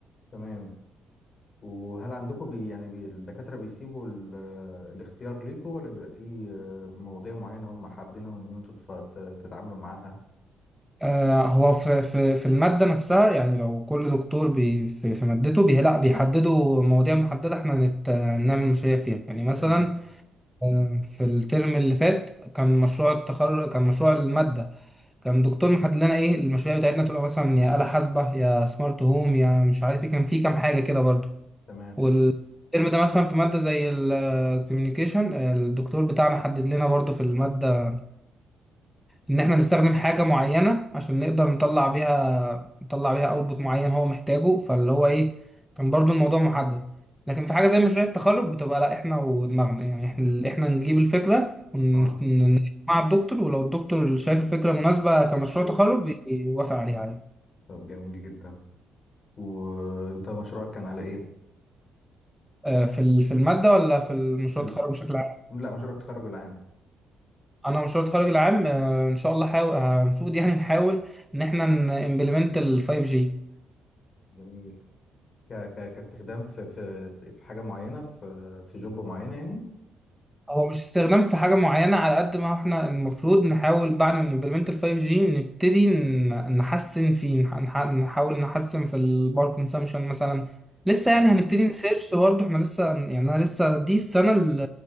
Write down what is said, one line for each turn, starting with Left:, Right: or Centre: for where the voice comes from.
Left: تمام وهل عندكم بي يعني بي الدكاترة بيسيبوا ال- الاختيار ليكم ولا بيبقى في آه، مواضيع معينة هم حابين ان انتوا تت- ت- تتعاملوا معاها
Centre: آه، هو في في في المادة نفسها يعني لو كل دكتور بي في في مادته بي لا بيحددوا مواضيع محددة احنا هنت- هنعمل مشاريع فيها يعني مثلا
Left: تمام
Centre: آه، في الترم اللي فات كان مشروع التخرج كان مشروع المادة كان دكتور محدد لنا ايه المشاريع بتاعتنا تبقى مثلا يا آلة حاسبة يا سمارت هوم يا مش عارف ايه كان في كام حاجة كده برضه
Left: تمام
Centre: والترم ده مثلا في مادة زي الكوميونيكيشن الدكتور بتاعنا حدد لنا برضه في المادة ان احنا نستخدم حاجة معينة عشان نقدر نطلع بيها يطلع بيها اوتبوت معين هو محتاجه فاللي هو ايه كان برضو الموضوع محدد لكن في حاجه زي مشاريع التخرج بتبقى لا احنا ودماغنا يعني احنا احنا نجيب الفكره ونجمع
Left: اه
Centre: مع الدكتور ولو الدكتور شايف الفكره مناسبه كمشروع تخرج يوافق عليها عادي
Left: طب جميل جدا وانت مشروعك كان على ايه
Centre: آه، في ال- في الماده ولا في المشروع
Left: في ال...
Centre: التخرج بشكل عام
Left: لا مشروع التخرج العام
Centre: انا مشروع التخرج العام آه، ان شاء الله حاول المفروض يعني نحاول ان احنا نimplement ال 5G
Left: جميل ك... ك... كاستخدام في في في حاجة معينة في في جوب معين يعني
Centre: هو مش استخدام في حاجة معينة على قد ما احنا المفروض نحاول بعد ما نمبلمنت ال 5G نبتدي ن- نحسن فيه نح- نح- نحاول نحسن في الباور كونسامشن مثلا لسه
Left: مم.
Centre: يعني هنبتدي نسيرش برضه احنا لسه يعني انا لسه دي السنة ال-